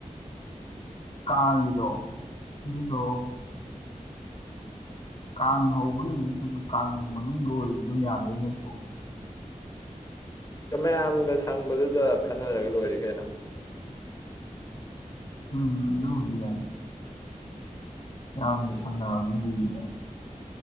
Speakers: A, on the left; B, on the left.
A: ꯀꯒꯤꯗꯣ ꯑꯗꯨꯗꯣ ꯀꯥꯡ ꯍꯧꯕ ꯅꯨꯃꯤꯠꯇꯁꯨ ꯀꯥꯡ ꯃꯅꯨꯡꯗ ꯑꯣꯏꯔꯤꯗꯨ ꯑꯗꯨꯝ ꯌꯥꯗꯣꯏ ꯅꯠꯇ꯭ꯔꯣ
B: ꯃꯌꯥꯝꯅ ꯁꯪꯕꯗꯨꯗ ꯈꯟꯅꯔꯒ ꯂꯣꯏꯔ ꯀꯩꯅꯣ
A: ꯎꯝ ꯑꯗꯨꯗꯤ ꯌꯥꯏ ꯌꯥꯝ
B: ꯎꯝ
A: ꯁꯥꯟꯅꯔꯕꯁꯤꯡꯗꯨꯒꯤ